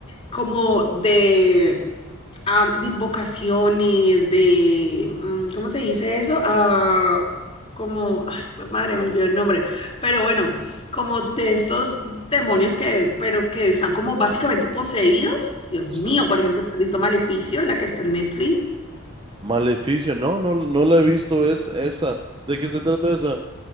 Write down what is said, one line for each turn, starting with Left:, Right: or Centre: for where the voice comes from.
Left: como de am, de invocaciones, de, mm, ¿cómo se dice eso? Ah, como, ay, jue madre, me olvidó el nombre, pero bueno, como de estos demonios que, pero que están como básicamente poseídos. Dios
Right: S-
Left: mío, por ejemplo, ¿te ¿has visto Maleficio, la que está en Netflix?
Right: Maleficio, no, no, no la he visto es, esa. ¿De qué se trata esa?